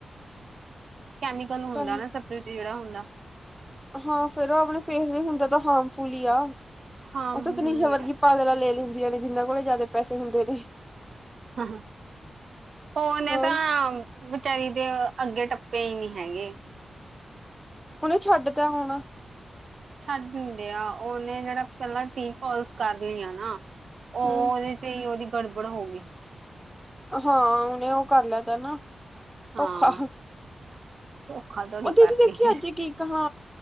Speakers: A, on the right; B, in the centre.
A: ਕੈਮੀਕਲ ਹੁੰਦਾ
B: ਤਾਂ
A: ਨਾ, ਸਪਰਿਟ ਜਿਹੜਾ ਹੁੰਦਾ।
B: ਹਾਂ। ਫੇਰ ਉਹ ਆਪਣੇ ਫੇਰ ਵੀ ਹੁੰਦਾ ਤਾਂ, ਹਾਂ। ਫੂਲੀ ਆ।
A: ਹਾਂ
B: ਉਹ
A: ਹੁੰਦੀ
B: 'ਤੇ ਤਨਿਸ਼ਾ ਵਰਗੀ ਪਾਗਲਾ ਨੇ ਲੈ ਲੀ। ਹੁੰਦੀਆਂ ਨੇ, ਜਿੰਨ੍ਹਾਂ ਕੋਲੇ ਜ਼ਿਆਦਾ ਪੈਸੇ ਹੁੰਦੇ ਨੇ।
A: ਹਾਂ, ਉਹਨੇ
B: ਹੋਰ
A: ਤਾਂ ਵਿਚਾਰੀ। 'ਤੇ ਅੱਗੇ ਟੱਪੇ ਹੀ ਨਹੀਂ ਹੈਗੇ।
B: ਉਹਨੇ ਛੱਡਤਾ ਹੋਣ।
A: ਛੱਡ ਨੀ ਰਿਹਾ। ਉਹਨੇ ਜਿਹੜਾ ਪਹਿਲਾਂ ਤੀਹ ਕੋਲਸ ਕਰ ਲਈਆਂ ਨਾ। ਉਹ
B: ਹਮ
A: ਉਹਦੇ 'ਤੇ ਉਹਦੀ ਗੜਬੜ ਹੋ ਗਈ।
B: ਹਾਂ, ਉਹਨੇ ਉਹ ਕਰ ਲਿਆ ਨਾ ਧੋਖਾ।
A: ਹਾਂ ਧੋਖਾ ਧੜੀ
B: ਉਹ ਦੀਦੀ
A: ਕਰਤੀ
B: ਦੇਖੀ।
A: ਹੈ।
B: ਅੱਜ ਏ ਕਿ ਕਹਾ।